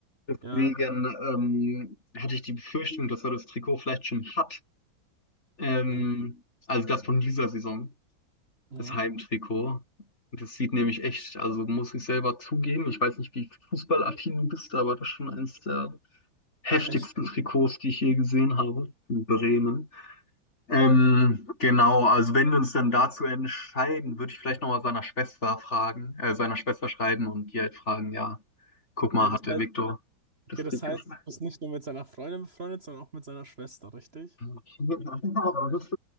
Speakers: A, on the left (about 35°); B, on the right (about 30°).
A: Deswegen
B: Ja.
A: ähm, hatte ich die Befürchtung, dass er das Trikot vielleicht schon hat. Ähm,
B: Mhm.
A: also das von dieser Saison,
B: Mhm.
A: das Heimtrikot. Und Das sieht nämlich echt, also muss ich selber zugeben, ich weiß nicht, wie fußballaffin du bist, aber das ist schon eines der heftigsten
B: Echt.
A: Trikots, die ich je gesehen habe in Bremen. Ähm, genau, also wenn wir uns dann dazu entscheiden, würde ich vielleicht nochmal seiner Schwester fragen, äh, seiner Schwester schreiben und die halt fragen, ja, guck
B: Okay,
A: mal,
B: das
A: hat der
B: heißt.
A: Viktor das
B: Okay,
A: Trikot?
B: das heißt,
A: <laughs>
B: du bist nicht nur mit seiner Freundin befreundet, sondern auch mit seiner Schwester, richtig?
A: Okay, ja, das